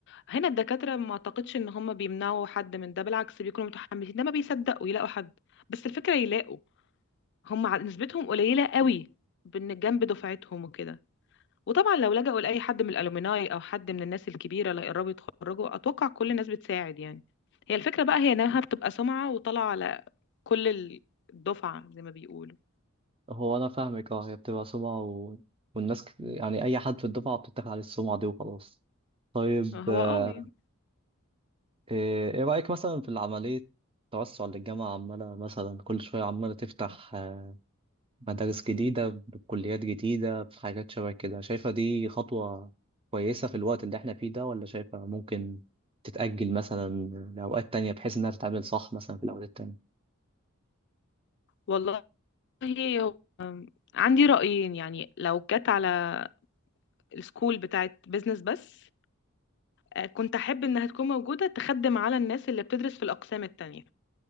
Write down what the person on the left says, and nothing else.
هنا الدكاترة ما اعتقدش ان هما بيمنعوا حد من ده بالعكس بيكونوا متحمسين ده ما بيصدقوا يلاقوا حد بس الفكرة يلاقوا هما ع- نسبتهم قليلة قوي بن- جنب دفعتهم وكده وطبعا لو لجأوا لأي حد من الألومناي أو حد من الناس الكبيرة اللي قربوا يتخرجوا أتوقع كل الناس بتساعد يعني هي الفكرة بقى هي إنها بتبقى سمعة وطالعة على كل ال- الدفعة زي ما بيقولوا
هو
اه يعني.
والله هو عندي رأيين يعني لو جت على السكول بتاعت بيزنس بس آه، كنت أحب إنها تكون موجودة تخدم على الناس اللي بتدرس في الأقسام التانية